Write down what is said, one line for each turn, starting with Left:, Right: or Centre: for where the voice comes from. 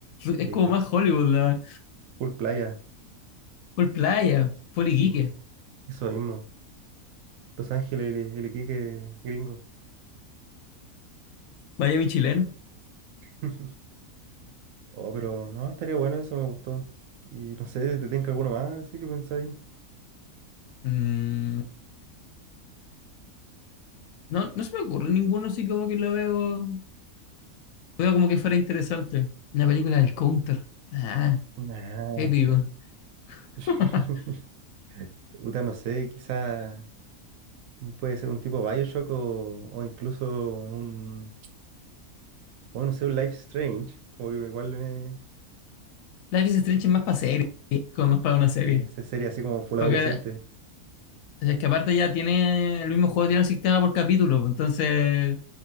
Left: es
Right: Sí,
Left: como más Hollywood, la,
Right: full playa,
Left: full playa, full
Right: sí,
Left: Iquique,
Right: eso mismo. Los Ángeles, el, el Iquique gringo.
Left: Miami chileno.
Right: <laughs> Oh, pero no, estaría bueno, eso me gustó. Y no sé, ¿te tengo alguno más? Así que pensáis.
Left: Mm, no, no se me ocurre ninguno así como que lo veo, veo como que fuera interesante. Una película del Counter, ah,
Right: Nah.
Left: épico.
Right: <laughs>
Left: <laughs>
Right: Uta, no sé, quizá puede ser un tipo Bioshock o, o incluso un, bueno, no sé, un Life Strange. Como que igual me,
Left: Life is Strange es más para serie, como más para una
Right: sí,
Left: serie.
Right: se- sería así como full
Left: Porque
Right: adolescente.
Left: O sea, es que aparte ya tiene el mismo juego, tiene el sistema por capítulo, pues, entonces